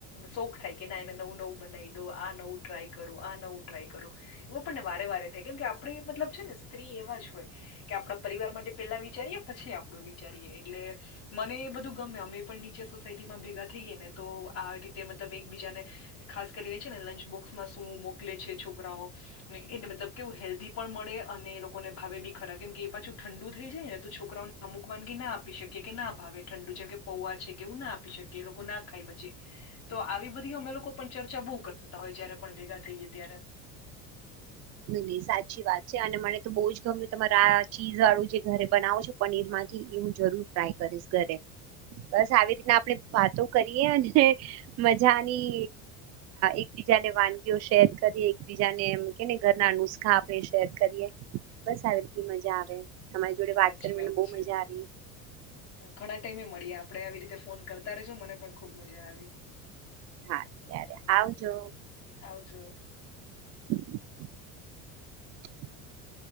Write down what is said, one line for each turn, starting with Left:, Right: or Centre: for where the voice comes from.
Left: શોખ થાય કે ના એને નવું નવું બનાવી દો આ નવું- - ટ્રાય કરું આ નવું ટ્રાય કરું એવું પણને વારે વારે થાય કેમ કે આપણે મતલબ છે ને સ્ત્રી એવા જ હોય- - કે આપણા પરિવાર માટે પેલા વિચારીએ પછી આપડું વિચારીએ એટલે- - મને એ બધું ગમે અમે પણ નીચે સોસાયટીમાં ભેગા થઈએ ને તો આ રીતે મતલબ એકબીજાને- - ખાસ કરીને છે ને લંચ બોક્સ- - શું મોકલે છે છોકરાઓ એને મતલબ કેવું હેલ્ધી પણ મળે અને એ લોકોને ભાવે બી- - ખરા કેમ કે એ પાછું ઠંડુ થઈ જાય ને તો છોકરાઓને અમુક વાનગી ના આપી શકીકેએ કે ના ભાવે ઠંડુ છેમ કે- - પૌવા છે કેવું ના આપી શકીએ એ લોકો ના ખાય પછી- - તો આવી બધી અમે લોકો પણ ચર્ચા બહુ કરતા હોય જયારે પણ ભેગા થઈએ ત્યારે
Right: ન નહી સાચી વાત છે અને મને તો બહુ જ ગમ્યું તમારે આ ચીઝ વાળું જે ઘરે બનાવો છો. પનીર માંથી હું જરૂર ટ્રાય કરીશ ઘરે. બસ આવી રીતના આપણેે વાતો કરીએ અને મજાની એકબીજાને વાનગીઓ શેર કરી એકબીજાને એમ કે ઘરના નુસ્ખા આપણે શેર કરીએ બસ આવી રી મજા આવે તમારી જોડે
Left: સાચી
Right: વાત કર બહુ
Left: છે.
Right: મજા રહી.
Left: ઘણા ટાઈમે મળી આપડે આવી રીતે ફોન કરતા રશો મને પણ ખુબ મજા આવી. <inaudible>
Right: હા ત્યારે આવજો.
Left: આવજો.
Right: <unintelligible>